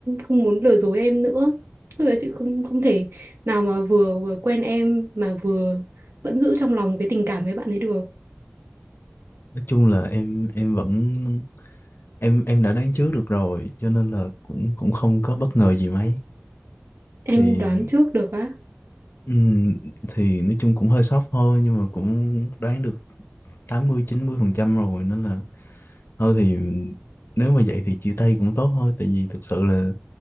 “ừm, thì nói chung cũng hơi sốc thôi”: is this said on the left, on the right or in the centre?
Left